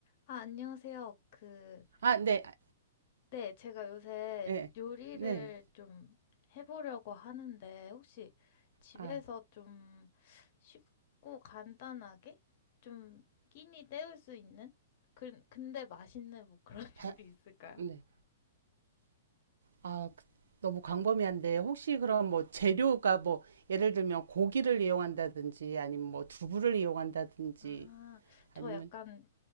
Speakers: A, on the left; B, on the right.
A: 아, 안녕하세요. 그,
B: 아, 네. 아,
A: 네, 제가 요새
B: 네.
A: 요리를
B: 네.
A: 좀 해보려고 하는데, 혹시 집에서
B: 아,
A: 좀 쉽고 간단하게 좀 끼니 때울 수 있는? 그, 근데 맛있는 뭐 그런 <laughs>
B: 바,
A: 요리 있을까요?
B: 네. 아, 그- 너무 광범위한데 혹시 그럼 뭐 재료가 뭐 예를 들면 고기를 이용한다든지 아니면 뭐 두부를 이용한다든지
A: 아, 저
B: 아니면
A: 약간